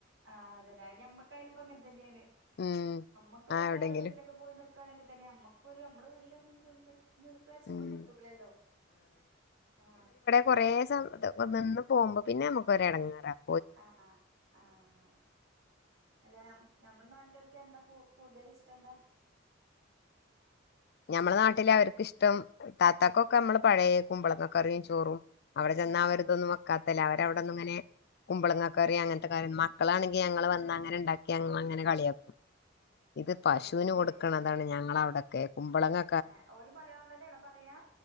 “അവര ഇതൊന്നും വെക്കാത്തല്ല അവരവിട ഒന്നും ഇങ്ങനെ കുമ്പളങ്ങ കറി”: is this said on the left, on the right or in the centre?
Left